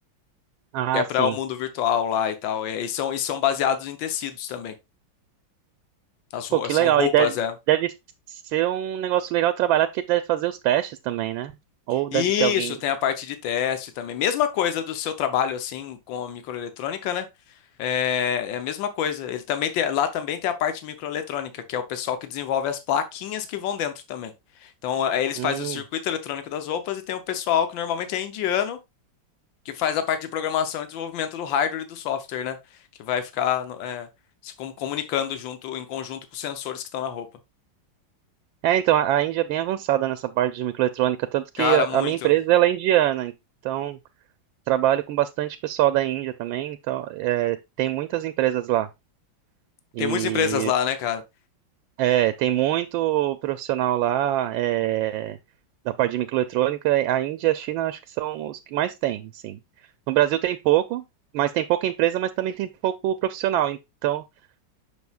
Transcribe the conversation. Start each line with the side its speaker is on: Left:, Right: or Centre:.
Right: Ah,
Left: É para
Right: sim.
Left: o mundo virtual lá e tal. É, e são, e são baseados em tecidos também. As roupas
Right: Pô, que legal.
Left: são roupas,
Right: E deve,
Left: é.
Right: deve ser um negócio legal trabalhar, porque deve fazer os testes também, né? Ou
Left: Isso,
Right: deve ter alguém.
Left: tem a parte de teste também. Mesma coisa do seu trabalho, assim, com a microeletrônica, né? É, é a mesma coisa. Ele também tem, lá também tem a parte microeletrônica, que é o pessoal que desenvolve as plaquinhas que vão dentro também. Então, aí eles
Right: Hum,
Left: fazem o circuito eletrônico das roupas e tem o pessoal que normalmente é indiano, que faz a parte de programação e desenvolvimento do hardware e do software, né? Que vai ficar, no- é, se com- comunicando junto, em conjunto com os sensores que estão na roupa.
Right: É, então, a a Índia é bem avançada nessa parte de microeletrônica, tanto que
Left: Cara,
Right: a
Left: muito.
Right: a minha empresa ela é indiana, então trabalho com bastante pessoal da Índia também, então é, tem muitas empresas lá. E
Left: Tem muitas empresas lá, né, cara?
Right: é, tem muito profissional lá é, da parte de microeletrônica. A Índia e a China acho que são os que mais tem, assim. No Brasil tem pouco, mas tem pouca empresa, mas também tem pouco profissional, então é um